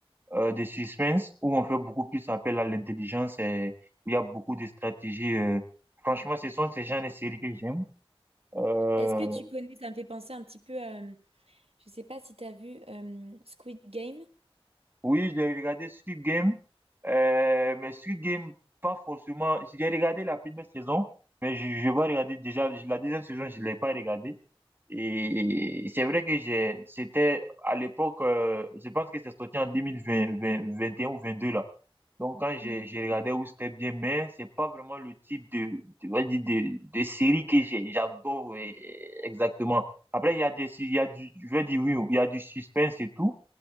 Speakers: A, on the right (about 20°); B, on the right (about 75°).
A: euh, de suspense, où on fait beaucoup plus appel à l'intelligence et où il y a beaucoup de stratégies. euh. Franchement, ce sont ces genres de séries que j'aime. Euh,
B: Est-ce que tu connais, ça me fait penser un petit peu à, euh, je sais pas si tu as vu euh, Squid Game.
A: Oui, j'ai regardé Squid Game, euh, mais Squid Game, pas forcément. J'ai regardé la première saison, mais je, je vais regarder déjà la deuxième saison, je l'ai pas regardée. Et c'est vrai que j'ai, c'était à l'époque, euh, je pense que c'est sorti en deux mille vingt vingt vingt et un ou 22 là. Donc quand j'ai,
B: Mhm.
A: j'ai regardé où c'était bien, mais c'est pas vraiment le type de, de, on va dire de, de série que j'ai- j'adore euh, exactement. Après, il y a des, il y a du, je vais dire oui, il y a du suspense et tout.